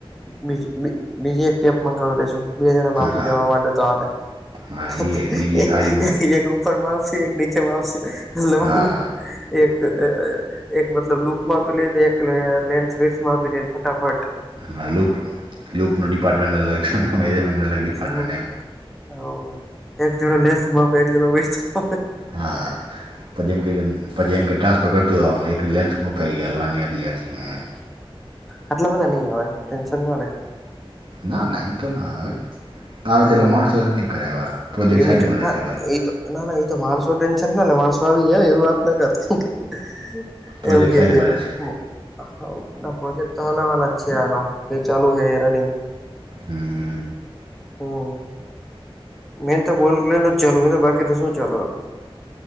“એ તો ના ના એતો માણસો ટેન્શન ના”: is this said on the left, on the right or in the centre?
Centre